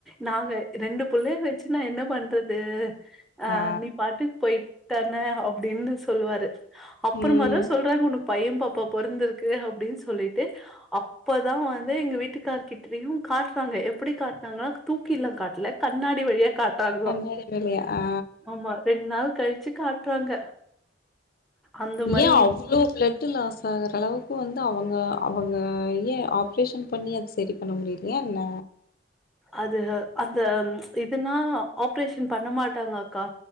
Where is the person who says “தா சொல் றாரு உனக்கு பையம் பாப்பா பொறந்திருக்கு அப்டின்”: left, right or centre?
Centre